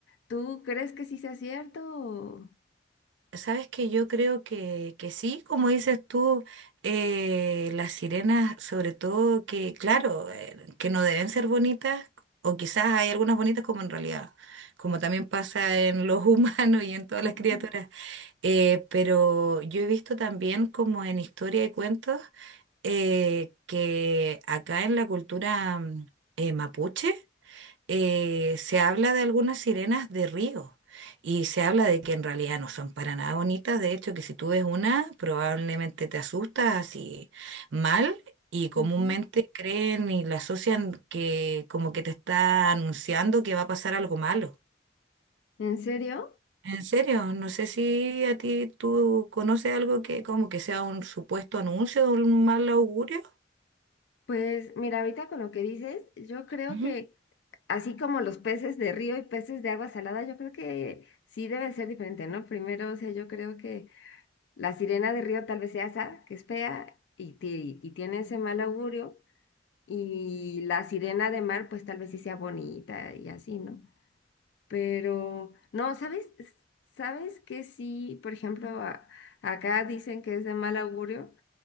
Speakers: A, on the left (about 65°); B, on the right (about 75°).
A: ¿Tú crees que sí sea cierto? o-
B: Sabes que yo creo que, que sí, como dices tú, eh, las sirenas, sobre todo que, claro, eh, que no deben ser bonitas, o quizás hay algunas bonitas como en realidad, como también pasa en los <laughs> humanos y en todas
A: Ujú,
B: las criaturas. Eh, pero yo he visto también como en historia y cuentos eh, que acá en la cultura mm, eh, mapuche, eh, se habla de algunas sirenas de río y se habla de que en realidad no son para nada bonitas, de hecho que si tú ves una probablemente te asustas así mal y comúnmente
A: ujú.
B: creen y la asocian que como que te está anunciando que va a pasar algo malo.
A: ¿En serio?
B: En serio, no sé si a ti tú conoces algo que como que sea un supuesto anuncio de un mal augurio.
A: Pues mira, ahorita con lo que dices, yo creo
B: Ujú.
A: que así como los peces de río y peces de agua salada, yo creo que sí debe ser diferente, ¿no? Primero, o sea, yo creo que la sirena de río tal vez sea esa, que es fea y, ti- y tiene ese mal augurio, y la sirena de mar, pues tal vez sí sea bonita y así, ¿no? Pero, no, ¿sabes? S- ¿Sabes que sí, por ejemplo, a- acá dicen que es de mal augurio?